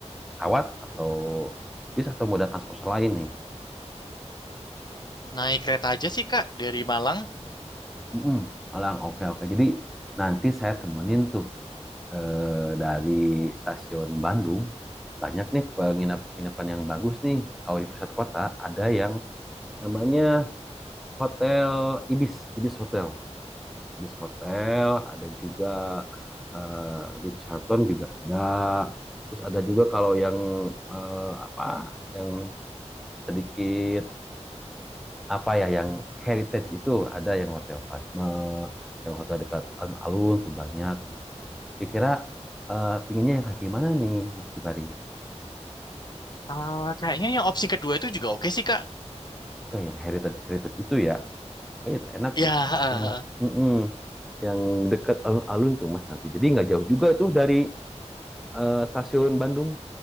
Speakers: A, in the centre; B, on the left (about 35°).
A: pesawat atau bis atau moda transportasi lain nih?
B: naik kereta aja sih Kak dari Malang.
A: Mm-mm, Malang, oke oke. Jadi nanti saya temenin tuh eh, dari stasiun Bandung banyak nih penginapan-penginapan yang bagus nih. Kalau di pusat kota ada yang namanya Hotel Ibis, Ibis Hotel, Ibis Hotel. Ada juga eh, di Charlton juga ada. Terus ada juga kalau yang eh, apa? Yang sedikit apa ya yang heritage itu ada yang hotel Padma, yang hotel dekat alun-alun tuh banyak tuh. Kira-kira eh, pinginnya yang kayak gimana nih, Mas Kibari?
B: Ah, kayaknya yang opsi kedua itu juga oke sih Kak.
A: Oke, yang heritage heritage itu ya, eh, itu enak
B: Ya,
A: tuh. Yang mm-mm, yang dekat alun-alun tuh Mas nanti. Jadi nggak jauh juga itu dari eh, stasiun Bandung